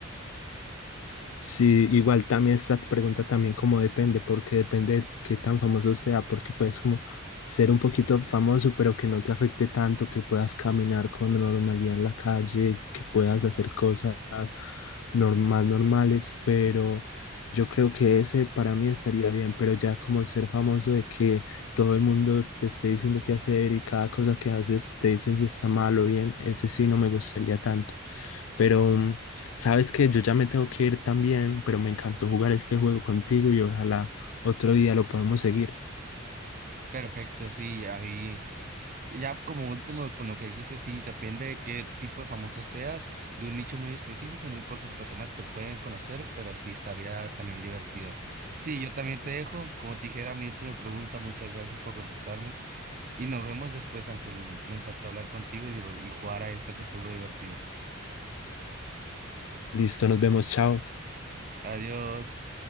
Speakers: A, on the left; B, on the right.
A: Sí, igual también esta pregunta también como depende, porque depende de qué tan famoso sea, porque puedes como ser un poquito famoso, pero que no te afecte tanto, que puedas caminar con normalidad en la calle, que puedas hacer cosas normal, normales, pero yo creo que ese para mí estaría bien, pero ya como ser famoso de que todo el mundo te esté diciendo qué hacer y cada cosa que haces te dicen si está mal o bien, ese sí no me gustaría tanto, pero... mm, Sabes que yo ya me tengo que ir también, pero me encantó jugar este juego contigo y ojalá otro día lo podemos seguir.
B: Perfecto, sí, ahí. Ya como último, con lo que dijiste, sí, depende de qué tipo de famoso seas, de un nicho muy específico, muy pocas personas te pueden conocer, pero sí estaría también divertido. Sí, yo también te dejo, como te dije, era mi última pregunta, muchas gracias por contestarme y nos vemos después, Ángel, me encantó hablar contigo y, digo- y jugar a esto que estuvo divertido.
A: Listo, nos vemos, chao.
B: Adiós.